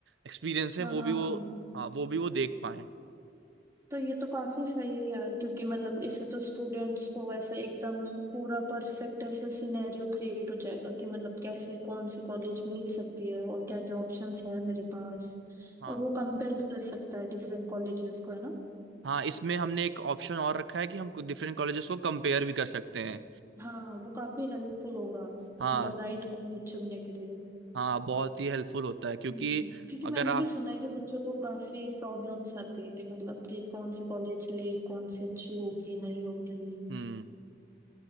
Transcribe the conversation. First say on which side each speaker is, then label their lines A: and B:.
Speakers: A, on the right; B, on the right.
A: एक्सपीरियंस
B: अच्छा
A: है वो
B: हाँ
A: भी वो
B: हाँ
A: हाँ वो भी वो देख पाए
B: तो ये तो काफी सही है यार क्योंकि मतलब इससे तो स्टूडेंट्स को ऐसा एकदम पूरा परफेक्ट ऐसा सिनेरियो क्रिएट हो जाएगा कि मतलब कैसे कौन सी कॉलेज मिल सकती है और क्या क्या ऑप्शंस है मेरे पास
A: हाँ
B: और वो कंपेयर भी कर सकता है डिफरेंट कॉलेजेस को है ना
A: हाँ इसमें हमने एक ऑप्शन और रखा है कि हम डिफरेंट कॉलेजेस को कंपेयर भी कर सकते हैं
B: हाँ वो काफी हेल्पफुल होगा
A: हाँ
B: मतलब राइट कॉलेज चुनने के लिए
A: हाँ बहुत ही हेल्पफुल होता है क्योंकि
B: हम्म, क्योंकि
A: अगर
B: मैंने
A: आप
B: भी सुना है कि बच्चों को काफी प्रॉब्लम्स आती है कि मतलब कि कौन से कॉलेज ले कौन सी अच्छी होगी नहीं होगी
A: हम्म